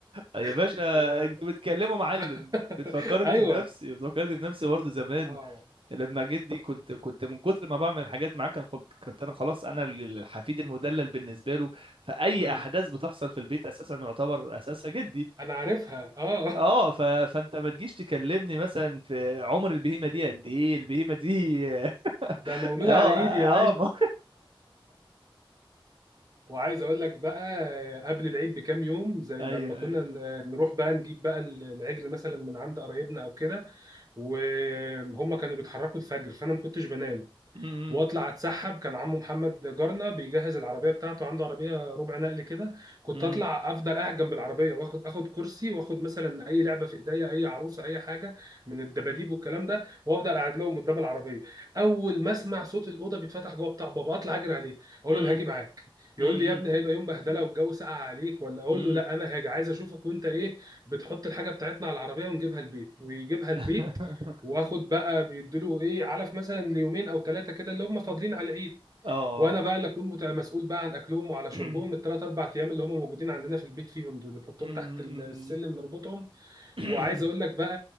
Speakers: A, on the right; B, on the right.
A: يا باشا
B: <laughs> و
A: انتوا بتكلموا معلم
B: <laughs>
A: بتفكرني
B: ايوه
A: بنفسي بتفكرني بنفسي برضه زمان
B: اه
A: لما جدي كنت كنت من كتر ما بعمل حاجات معاه كان خل- كنت انا خلاص انا الحفيد المدلل بالنسبه له فاي
B: مم.
A: احداث بتحصل في البيت اساسا يعتبر اساسها جدي
B: انا عارفها اه
A: اه ف... فانت ما تجيش تكلمني مثلا في عمر البهيمه دي قد ايه البهيمه دي <laughs>
B: <laughs> ده مولود
A: اه
B: على ايدي
A: اه
B: يا
A: ما-
B: وعايز اقول لك بقى آه، قبل العيد بكام يوم زي
A: <laughs> ايوه
B: لما كنا
A: ايوه
B: ن- نروح بقى نجيب بقى ال- العجل مثلا من عند قرايبنا او كده وهم كانوا بيتحركوا الفجر فانا ما كنتش بنام
A: م-
B: واطلع
A: م-
B: اتسحب كان عمو محمد جارنا بيجهز العربيه بتاعته عنده عربيه ربع نقل كده كنت
A: م-
B: اطلع افضل قاعد جنب العربيه واخد اخد كرسي واخد مثلا اي لعبه في ايديا اي عروسه اي حاجه من الدباديب والكلام ده وافضل قاعد لهم قدام العربيه اول ما اسمع صوت الاوضه بيتفتح جوه بتاع بابا اطلع اجري عليه اقول
A: م-
B: له انا هاجي معاك يقول
A: م-
B: لي يا ابني هيبقى يوم بهدله والجو ساقع عليك ولا اقول
A: م-
B: له لا
A: م.
B: انا هاجي عايز اشوفك وانت ايه بتحط الحاجه بتاعتنا على العربيه ونجيبها البيت ويجيبها البيت
A: <laughs>
B: واخد بقى بيديله ايه علف مثلا ليومين او ثلاثه كده اللي هم فاضلين على العيد
A: اه
B: وانا
A: آه.
B: بقى اللي اكون مت- مسؤول بقى عن اكلهم وعلى شربهم
A: <clears throat>
B: الثلاث اربع ايام اللي هم موجودين عندنا في البيت فيهم دول بنحطهم
A: م- م-
B: تحت السلم نربطهم
A: م-
B: وعايز اقول لك بقى